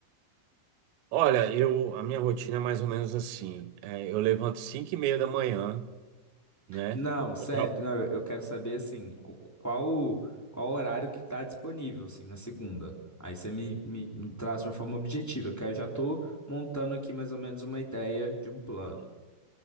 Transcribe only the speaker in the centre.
Não, certo.
Não, eu eu quero saber assim, qu- qual qual horário que tá disponível assim na segunda. Aí você me, me, me traz de uma forma objetiva, porque aí eu já tô montando aqui mais ou menos uma ideia de um plano.